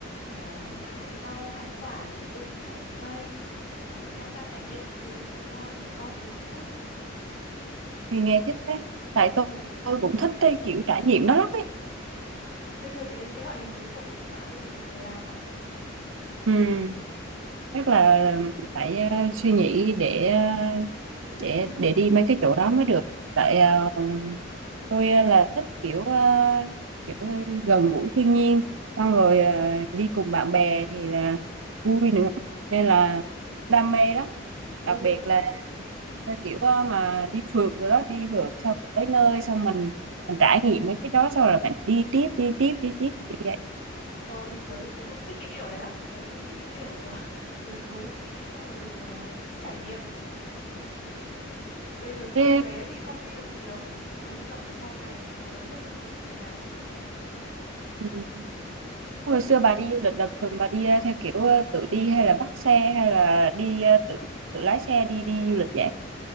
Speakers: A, on the left (about 75°); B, on the right (about 75°).
A: Ờ, hái rau, hái quả rồi tự trồng cây, rồi tham gia trải nghiệm các thứ cho trẻ con đến cũng vui.
B: vì nghe thích thế tại tôi,
A: Ừ.
B: tôi cũng thích cái kiểu trải nghiệm đó lắm ấy
A: Ừm, Bây giờ cái cái loại hình đấy phổ biến mà bây giờ nhiều người làm lắm.
B: ừ, chắc là phải ờ, suy nghĩ để ờ, để để đi mấy cái chỗ đó mới được tại ờ,
A: Ừm,
B: tôi ờ, là thích kiểu ờ, kiểu ờ, gần gũi thiên nhiên xong rồi ờ,
A: ừm.
B: đi cùng bạn bè thì là vui nữa nên là đam mê lắm
A: Ừ,
B: đặc biệt là theo kiểu ờ, mà đi phượt rồi đó đi phượt xong rồi tới nơi xong mình mình trải nghiệm mấy cái đó xong rồi bạn đi tiếp đi tiếp đi tiếp kiểu vậy
A: ôi tớ tớ cũng thích cái kiểu đấy lắm. Tớ cũng thích cái kiểu ờ, <laughs> rừng núi một tí xong rồi ờ, trải nghiệm. Ừm. Bây giờ có
B: thế
A: em bé thì không đi được nhiều, nhưng mà hy vọng là sau này nó lớn lên một tí thì cả nhà sẽ cùng đi.
B: ừ, hồi xưa bà đi du lịch là thường bà đi ờ, theo kiểu ờ, tự đi hay là bắt xe hay là đi ờ, tự tự lái xe đi đi du lịch vậy